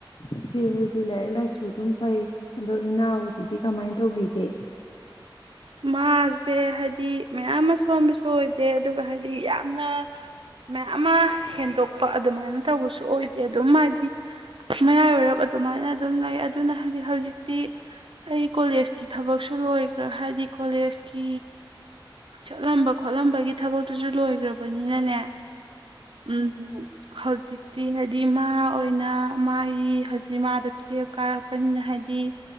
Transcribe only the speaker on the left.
ꯏꯆꯦ ꯍꯣꯏꯗꯤ ꯂꯥꯏꯔꯤꯛ ꯂꯥꯏꯁꯨ ꯑꯗꯨꯝ ꯐꯩ ꯑꯗꯣ ꯏꯅꯥꯎꯗꯨꯗꯤ ꯀꯃꯥꯏꯅ ꯇꯧꯕꯤꯒꯦ